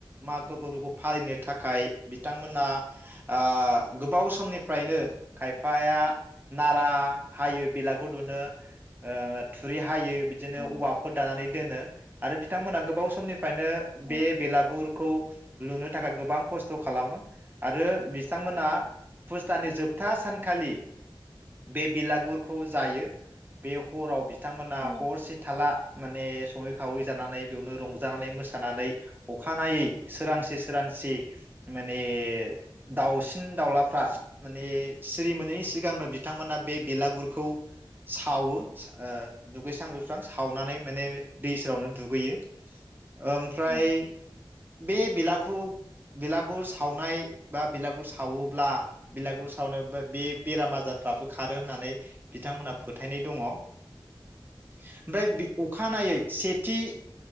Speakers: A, on the right; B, on the left.
A: माखो फोरबोखो फालिनो थाखाय बिथांमोना ओ गोबाव समनिफ्रायनो खायफाया नारा हायो बेलागुर दुनो ओ थुरि हायो बिदिनो
B: औ
A: औवाफोर दानानै दोनो आरो बिथांमोना गोबाव समनिफ्रायनो
B: औ
A: बे बेलागुरखौ लुनो थाखाय गोबां खस्थ' खालामो आरो बिथांमोना फुस दाननि जोबथा सानखालि बे बिलागुरखौ जायो बे हराव बि थांमोना
B: औ
A: हरसे थाला माने संङै खावै जानानै बेयावनो रंजानानै मोसा सानानै अखानायै सोरांसि सोरांसि माने दाउसिन दाउलाफ्रा माने सिरि मोनैनि सिगांनो बिथांमोना बे बेलागुरखौ सावो सा ओ दुगैस्रां लोबस्रां सावनानै माने दै सेरावनो दुगैयो। ओमफ्राय
B: औ
A: बे बेला खु बेलागुर सावनाय बा बिलागुर सावोब्ला बिलागुर सावनाय बे-बेराम आजारफ्राबो खारो होननानै बिथांमोनहा फोथायनाय दङ। ओमफ्राय बे अखानायै सेथि